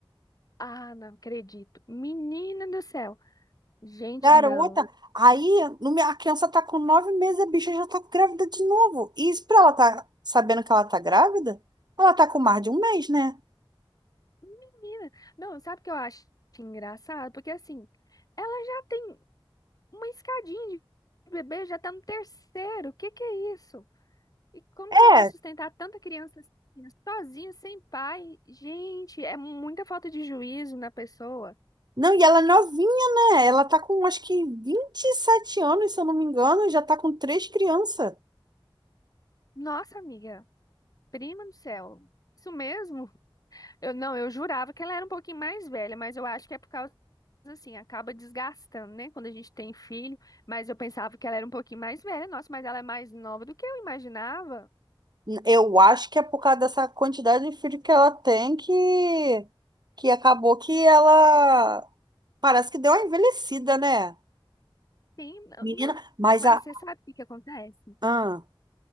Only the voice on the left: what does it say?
Ah, não acredito. Menina do céu. Gente,
não.
Menina. Não, sabe o que eu acho engraçado? Porque assim, ela já tem uma escadinha de bebê, já tá no terceiro. O que que é isso? E como que ela vai
sustentar tanta criança assim, sozinha, sem pai? Gente, é muita falta de juízo na pessoa.
Nossa, amiga, prima do céu. Isso mesmo? Eu não, eu jurava que ela era um pouquinho mais velha, mas eu acho que é por causa assim, acaba desgastando, né, quando a gente tem filho, mas eu pensava que ela era um pouquinho mais velha. Nossa, mas ela é mais nova do que eu imaginava.
Sim, não,
não,
mas
você sabe o que que acontece?